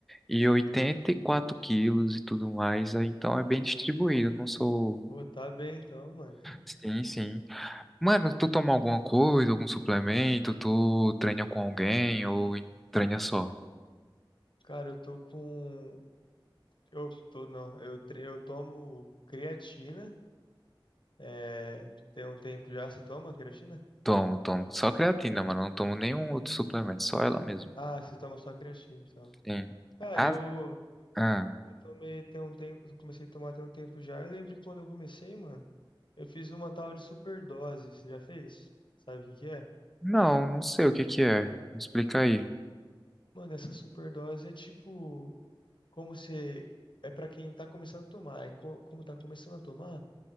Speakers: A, in the centre; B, on the left.
A: e oitenta e quatro quilos e tudo mais. aí Então é bem distribuído. eu Não sou.
B: Ô, tá bem então, mano.
A: Sim, sim. Mano, tu toma alguma coisa, algum suplemento? Tu treina com alguém ou treina só?
B: Cara, eu tô com, eu tô, não, eu, tre- eu tomo creatina, é, tem um tempo já, você toma creatina?
A: Tomo, tomo. Só creatina, mano. Não tomo nenhum outro suplemento, só ela mesmo.
B: Ah, você toma só creatina, então.
A: Sim.
B: Cara,
A: Ah,
B: eu,
A: ah.
B: Tomei tem um tempo, eu comecei a tomar tem um tempo já. Eu lembro que quando eu comecei, mano, eu fiz uma tal de superdose. Você já fez? Sabe o que que é?
A: Não, não sei o que que é. Me explica aí.
B: Mano, essa superdose é tipo como você é pra quem tá começando a tomar. É co- como tá começando a tomar,